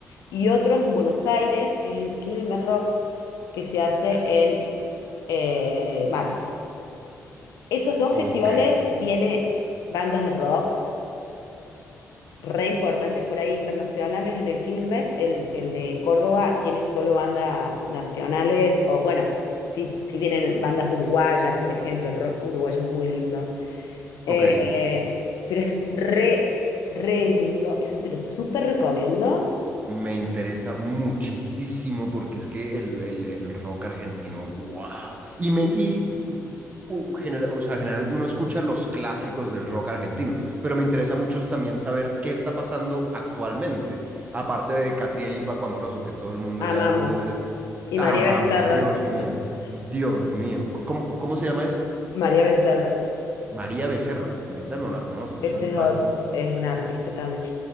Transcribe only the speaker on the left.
Y otro es en Buenos Aires, que es el Quilmes Rock, que se hace en eh, marzo. Esos dos
festivales viene bandas de rock re importante, por ahí internacionales en el Quilmes, el, el de Córdoba tiene solo bandas nacionales, o bueno, si, si vienen bandas uruguayas, por ejemplo, el rock uruguayo es muy lindo, Eh,
pero es re, re lindo, eso te lo súper recomiendo,
amamos.
Y
María Becerra,
<laughs>
María Becerra,
ese
es,
ot- es una artista también.